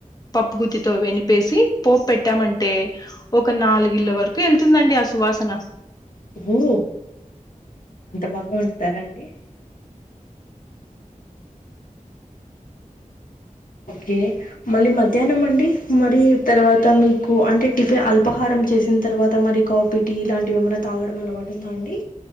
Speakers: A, on the left; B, on the left.
A: పప్పుగుత్తితో ఎనిపేసి పోపు పెట్టామంటే ఒక నాలుగు ఇళ్ళ వరకు ఎళ్తుందండి ఆ సువాసన
B: ఓ అంత బాగా వండుతారా అండి ఓకే మళ్ళీ మధ్యాహ్నం అండి మరి తర్వాత మీకు అంటే టిఫిన్ అల్పాహారం చేసిన తర్వాత మరి కాఫీ టీ లాంటివి ఏమైన్నా తాగడం అలవాటుందా అండి